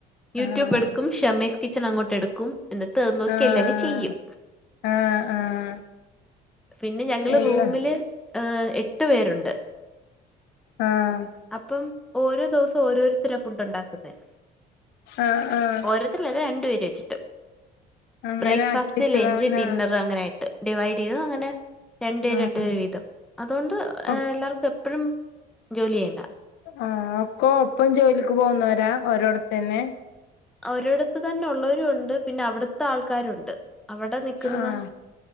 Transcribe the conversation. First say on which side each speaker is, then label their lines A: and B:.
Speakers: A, in the centre; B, on the left.
A: യൂട്യൂബ്
B: ആഹ്
A: എടുക്കും ഷമീസ് കിച്ചൺ അങ്ങോട്ട് എടുക്കും. എന്നിട്ട് അത് നോക്കി
B: ആഹ്
A: എല്ലാങ് ചെയ്യും
B: ആഹ് ആഹ്
A: പിന്നെ ഞങ്ങള്
B: ഇല്ല
A: റൂമില് എട്ടു പേരുണ്ട്
B: ആഹ്
A: അപ്പം ഓരോ ദിവസം ഓരോരുത്തര ഫുഡ് ഉണ്ടാക്കുന്നേ
B: ആഹ് ആഹ്
A: ഓരോരുത്തരല്ല രണ്ട് പേര് വെച്ചിട്ട്.
B: അങ്ങനെ
A: ബ്രേക്ക്ഫാസ്റ്റ്
B: ആക്കി വെച്ചതാവനാ
A: ലഞ്ച് ഡിന്നർ അങ്ങനെ ഡിവൈടെയ്തു അങ്ങനെ രണ്ട്വേര്
B: ആഹ്
A: രണ്ട്വേര് വീതം അതോണ്ട്
B: ഒ
A: എല്ലാർക്കും എപ്പഴും ജോലി ചെയ്യണ്ട
B: ആഹ് ഒക്കൊ ഒപ്പം ജോലിക്ക് പോന്നോരാ ഓരോടതന്നെ
A: ഒരടത്ത് തന്നെ ഒള്ളോരും ഉണ്ട് പിന്നെ അവിടുത്തെ ആൾക്കാരുണ്ട് അവിടെ നിക്കുന്ന
B: ആഹ്